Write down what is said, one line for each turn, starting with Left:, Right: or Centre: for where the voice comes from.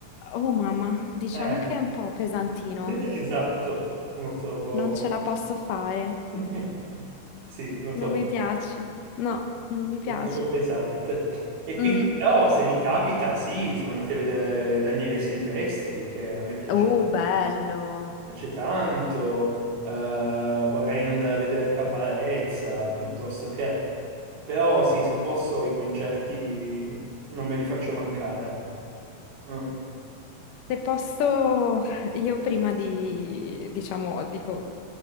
Left: Oh mamma, diciamo
Right: Eh,
Left: che è un po' pesantino.
Right: <laughs> esatto, lo trovo...
Left: Non ce la posso fare.
Right: <laughs> Sì, lo trovo
Left: Non mi piace. No, non mi piace.
Right: Lo trovo pesante. E quindi,
Left: Mm.
Right: però, se mi capita, sì, siamo andati a vedere Daniele Silvestri, che a me piace,
Left: Oh, bello.
Right: piace tanto. Eh, vorrei andare a vedere Caparezza, piuttosto che... Però sì, se posso, i concerti non me li faccio mancare. Mm.
Left: Se posso, io prima di, diciamo, dico.